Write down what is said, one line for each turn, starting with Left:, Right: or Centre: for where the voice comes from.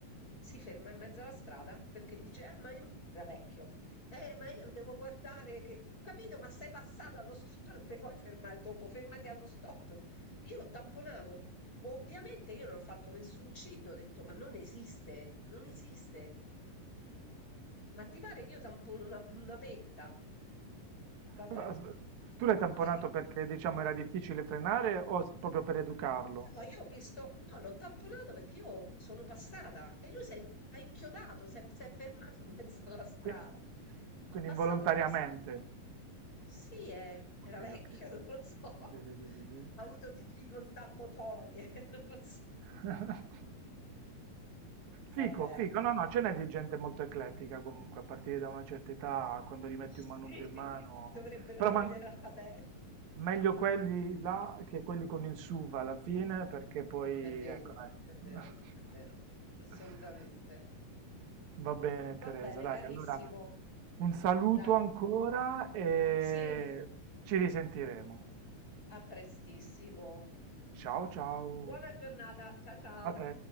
Left: si ferma in mezzo alla strada perché dice: Eh, ma io mi... era vecchio, eh, ma io devo guardare che. Ho Capito, ma sei passato allo stop, non ti puoi fermare dopo, fermati allo stop. Io l'ho tamponato. Ovviamente io non ho fatto nessun cid, ho detto: Ma non esiste, non esiste. Ma ti pare che io tampono una, una petta? Vabbè.
Right: Ah, Aspe- Tu l'hai tamponato
Left: <laughs>
Right: perché, diciamo, era difficile frenare o s- proprio per educarlo?
Left: So, io ho visto no, l'ho tamponato perché io sono passata e lui s'è in- ha inchiodato, s'è s'è fermato in mezzo alla strada.
Right: Qui-
Left: È
Right: Quindi
Left: passato
Right: involontariamente.
Left: con lo specchio. Sì, è- era
Right: Ok,
Left: vecchio,
Right: ok.
Left: <laughs> non lo so.
Right: Sì, sì, sì, sì, sì.
Left: Ha avuto difficoltà motorie, <laughs> non lo so.
Right: <laughs> Fico,
Left: Vabbè,
Right: fico, no, no, ce n'è di gente molto eclettica comunque, a partire da una certa età, quando gli metti
Left: sì,
Right: un manubrio in mano,
Left: dovrebbero
Right: però
Left: togliere
Right: man-
Left: la patente.
Right: meglio quelli là che quelli con il SUV alla fine, perché poi,
Left: È vero,
Right: ecco, dai.
Left: è vero,
Right: <laughs>
Left: è vero, assolutamente.
Right: Va bene, Teresa,
Left: Va bene,
Right: dai,
Left: carissimo,
Right: allora un saluto
Left: dai.
Right: ancora e
Left: Sì,
Right: ci risentiremo.
Left: a prestissimo.
Right: Ciao, ciao,
Left: Buona giornata, ciao ciao!
Right: a te.